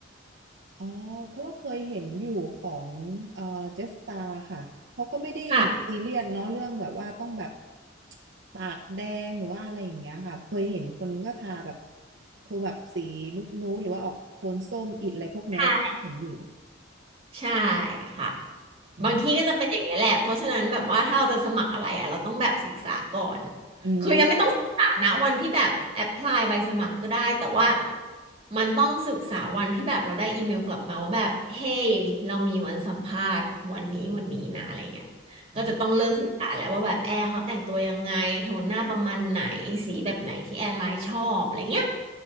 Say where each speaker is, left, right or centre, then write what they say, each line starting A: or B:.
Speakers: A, on the right; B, on the right.
A: อ๋อเพราะว่าเคยเห็นอยู่ของเอ่อเจสตาค่ะ เขาก็ไม่ได้ซีเรียสเนาะเรื่องแบบว่าต้องแบบ
B: ค่ะ
A: ปากแดงหรือว่าอะไรอย่างเงี้ยค่ะเคยเห็นคนก็ทาแบบโทนแบบสีนุดนูดหรือว่าออกโทนส้มอิดอะไรพวกเนี้ยเราก็เห็นอยู่
B: ใช่ใช่ค่ะ
A: อืม
B: บางที่ก็จะเป็นอย่างเงี้ยแหละเพราะฉะนั้นแบบว่าถ้าเราจะสมัครอะไรอ่ะเราต้องแบบศึกษาก่อน
A: อืม
B: คือยังไม่ต้องศึกษานะวันที่แบบแอพพลายใบสมัครก็ได้แต่ว่ามันต้องศึกษาวันที่แบบเราได้อีเมลกลับมาว่าแบบเฮ้ยเรามีวันสัมภาษณ์วันนี้วันนี้นะอะไรเงี้ยก็จะต้องเริ่มศึกษาแล้วว่าแบบแอร์เขาแต่งตัวยังไงโทนหน้าประมาณไหนสีแบบไหนที่แอร์ไลน์ชอบอะไรเงี้ย
A: อ่ะ